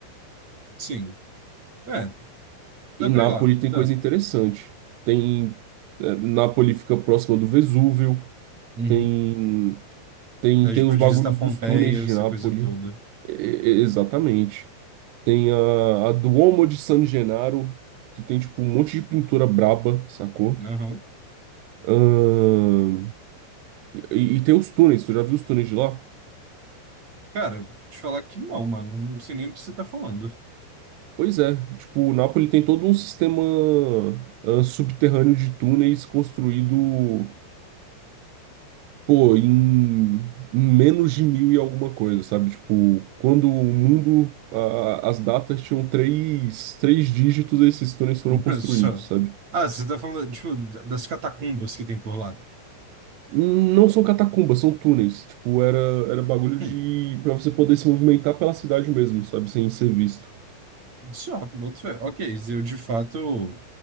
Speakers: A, on the right; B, on the right.
A: Sim. É, dá
B: E
A: pra
B: Nápoles
A: ir lá,
B: tem
A: dá.
B: coisa interessante. Tem. é, Nápoles fica próxima do Vesúvio.
A: Uhum.
B: Tem. Tem,
A: Aí a gente
B: tem
A: pode
B: os bagulhos
A: visitar Pompeia,
B: dos túneis de
A: essa
B: Nápoles.
A: coisa toda.
B: E- e- exatamente. Tem a, a Duomo de San Gennaro, que tem tipo um monte de pintura braba, sacou?
A: Aham.
B: Ahn, e, e tem os túneis, tu já viu os túneis de lá?
A: Cara, te falar que não, mano. Não sei nem o que você tá falando.
B: Pois é, tipo, o Napoli tem todo um sistema ah, subterrâneo de túneis construído, pô, em, em menos de mil e alguma coisa, sabe? Tipo, quando o mundo, a- as datas tinham três, três dígitos, esses túneis foram
A: <laughs>
B: construídos,
A: Só.
B: sabe?
A: Ah, você tá falando, tipo, das catacumbas que tem por lá.
B: Hum, Não são catacumbas, são túneis. Tipo, era, era bagulho
A: Hum,
B: de, pra você poder se movimentar pela cidade mesmo, sabe? Sem ser visto.
A: só, boto fé. Ok, eu de fato.